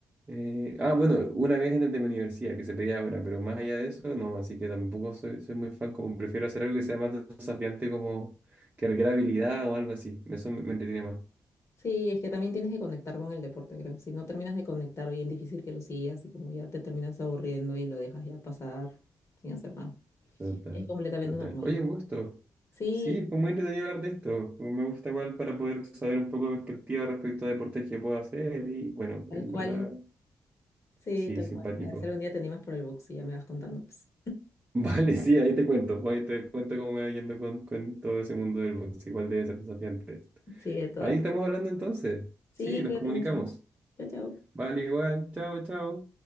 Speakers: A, on the right; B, on the left.
A: Eh, ah, bueno, una vez en el de mi universidad, que se pedía ahora, pero más allá de eso, no, así que tampoco soy, soy muy fan, como prefiero hacer algo que sea más desafiante, como que requiera habilidad o algo así. Eso me, me entretiene más.
B: Sí, es que también tienes que conectar con el deporte, creo. Si no terminas de conectar, bien difícil que lo sigas y como ya te terminas aburriendo y lo dejas ya pasar sin hacer nada.
A: Total,
B: Es completamente
A: total.
B: normal.
A: Oye, un gusto.
B: Sí,
A: Sí, fue muy entretenido hablar de esto. Me gusta igual para poder saber un poco de perspectiva respecto a deportes que puedo hacer y bueno,
B: tal
A: en
B: cual.
A: verdad,
B: Sí,
A: sí,
B: tal
A: simpático.
B: cual. A ver si algún día te animas por el box y ya me vas contando, pues.
A: Vale, sí, ahí te cuento, ahí te cuento cómo me va yendo con, con todo ese mundo del box, igual debe ser desafiante.
B: Sí, de todas.
A: Ahí estamos hablando entonces.
B: Sí,
A: Sí, nos
B: cuídate
A: comunicamos.
B: mucho. Chao, chao.
A: Vale, igual, chao, chao.